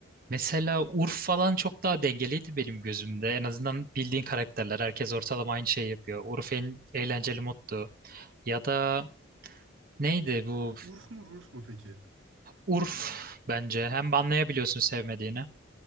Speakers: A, on the right; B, on the right.
A: Mesela Urf falan çok daha dengeliydi benim gözümde. En azından bildiğin karakterler. Herkes ortalama aynı şeyi yapıyor. Urf en eğlenceli moddu. Ya da neydi bu?
B: Urf mu Rurf mu peki?
A: Urf bence. Hem banlayabiliyorsun sevmediğini